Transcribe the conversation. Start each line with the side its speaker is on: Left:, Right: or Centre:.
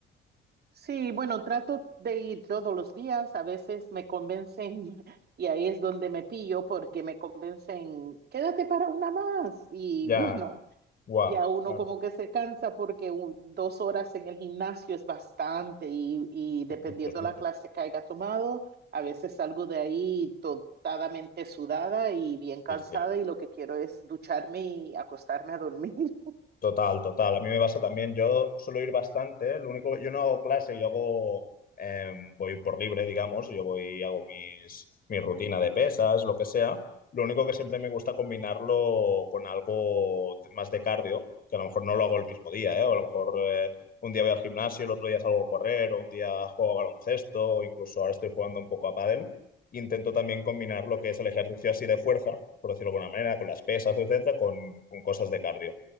Right: Sí, bueno, trato de ir todos los días. A veces me convencen <laughs> y ahí es donde me pillo porque me convencen, quédate para una más. Y
Left: Ya,
Right: bueno,
Left: guau,
Right: Y a uno
Left: claro,
Right: como que se cansa porque un- dos horas en el gimnasio es bastante y, y
Left: que
Right: dependiendo
Left: mucho, es mucho.
Right: la clase que haya tomado, a veces salgo de ahí totalmente sudada y bien cansada
Left: Sí, sí.
Right: y lo que quiero es ducharme y acostarme a dormir. <laughs>
Left: Total, total. A mí me pasa también. Yo suelo ir bastante. ¿eh? Lo único, yo no hago clase, yo hago, eh, voy por libre, digamos. Yo voy, hago mis, mi rutina de pesas, lo que sea. Lo único que siempre me gusta combinarlo con algo más de cardio, que a lo mejor no lo hago el mismo día, ¿eh? O a lo mejor eh, un día voy al gimnasio, el otro día salgo a correr, o un día juego a baloncesto, o incluso ahora estoy jugando un poco a pádel. Intento también combinar lo que es el ejercicio así de fuerza, por decirlo de alguna manera, con las pesas, etcétera, con, con cosas de cardio